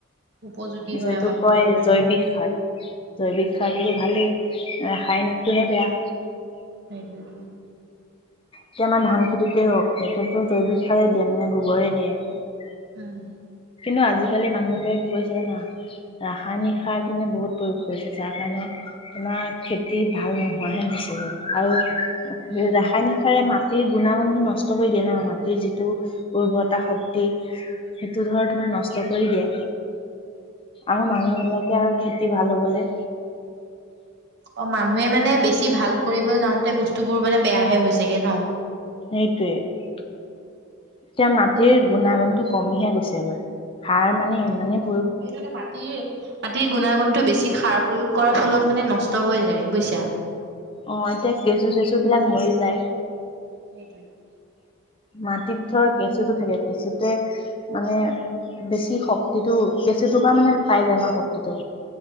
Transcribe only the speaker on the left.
যিটোক
কয়
জৈৱিক সাৰ জৈৱিক সাৰ সেটো ভালেই ৰাসায়নিকটোহে বেয়া।
এতিয়া আমাৰ ধান খেতিতে হওঁক সেইটোতো জৈৱিক সাৰেই দিয়ে মানে গোবৰে দিয়ে।
কিন্তু আজিকালি মানুহবোৰে কি হৈছে জানা? ৰাসায়নিক
সাৰটো মানে বহুত প্ৰয়োগ কৰিছে যাৰ কাৰণে তোমাৰ খেতি ভাল নোহোৱাহে হৈছে গৈ। আৰু
ৰাসায়নিক মাটিৰ গুণাগুণটো নষ্ট কৰি দিয়ে ন মাট যিটো উৰ্বৰতা শক্তি সেইটো ধৰ তোমাৰ নষ্ট কৰি দিয়ে আৰু মানুহ বিলাকে আৰু খেতি ভাল হ'বলে
সেইটোৱে। এতিয়া মাটিৰ গুণাগুণটো কমিহে গৈছে গৈ সাৰ মানে ইমানে
অ', এতিয়া কেঁচু চেচু বিলাক মৰি যায়।
মাটিত ধৰ কেঁচুটো থাকে কেঁচুটোয়ে মানে বেছি শক্তিটো কেঁচুটোৰ পৰা মানে পায় যায় ন শক্তিটো।